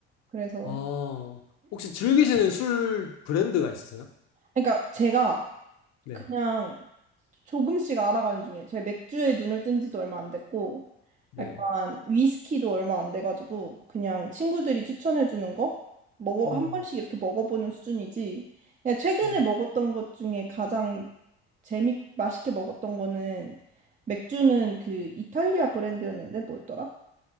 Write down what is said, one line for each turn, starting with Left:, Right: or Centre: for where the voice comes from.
Right: 그래서.
Left: 어, 혹시 즐기시는 술 브랜드가 있으세요?
Right: 그러니까 제가
Left: 네.
Right: 그냥 조금씩 알아가는 중에 제 맥주에 눈을 뜬 지도 얼마 안 됐고
Left: 네.
Right: 약간 위스키도 얼마 안 돼가지고 그냥 친구들이 추천해주는 거 먹어
Left: 음,
Right: 한 번씩 이렇게 먹어보는 수준이지 그냥 최근에
Left: 음,
Right: 먹었던 것 중에 가장 재미 맛있게 먹었던 거는 맥주는 그 이탈리아 브랜드였는데 뭐였더라?